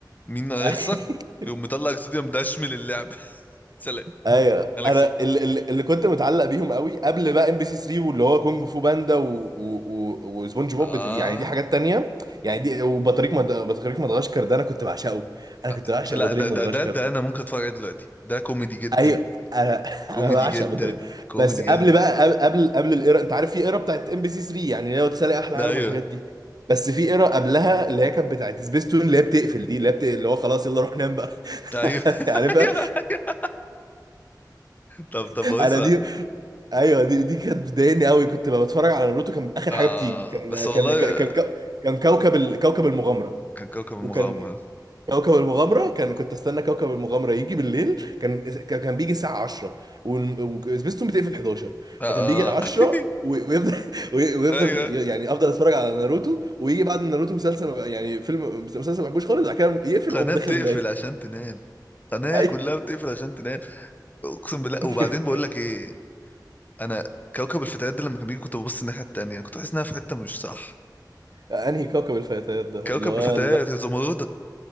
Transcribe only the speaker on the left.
مين هيخسر
يقوم مطلع اكسودي مدشمل اللعبه <laughs> سلام
انا
كسبت
اه
آه،
لا
ده
ده ده, ده
انا ممكن اتفرج عليه دلوقتي ده كوميدي جدا
كوميدي
جدا
كوميدي
جدا
ايوه
ايوه
<laughs>
ايوه ايوه طب طب
بص
آه
بس والله
كان كوكب
المغامرة
آه
آه. <laughs>
ايوه
قناة
بتقفل
عشان تنام قناة
كلها بتقفل عشان تنام اقسم بالله وبعدين
بقول لك ايه انا كوكب الفتيات ده لما كان بيجي كنت ببص الناحية التانية كنت بحس انها في حتة مش صح
كوكب
الفتيات الزمردة